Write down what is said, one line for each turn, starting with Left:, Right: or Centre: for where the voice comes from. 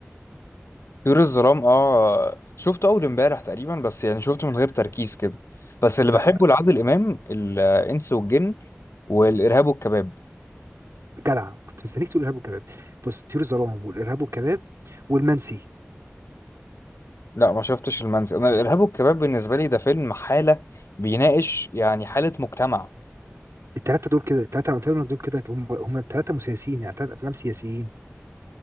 Left: طيور الظلام اه شفته اول امبارح تقريبا بس يعني شفته من غير تركيز كده بس اللي
Right: لا
Left: بحبه لعادل امام الانس والجن والارهاب والكباب
Right: جدع كنت مستنيك تقول ارهاب والكباب بص طيور الظلام والارهاب والكباب والمنسي
Left: لا ما شفتش المنزل انا الارهاب والكباب بالنسبه لي ده فيلم حاله بيناقش يعني حاله مجتمع
Right: الثلاثه دول كده الثلاثه انا قلت لك دول كده هم هم الثلاثه مسيسيين يعني ثلاث افلام سياسيين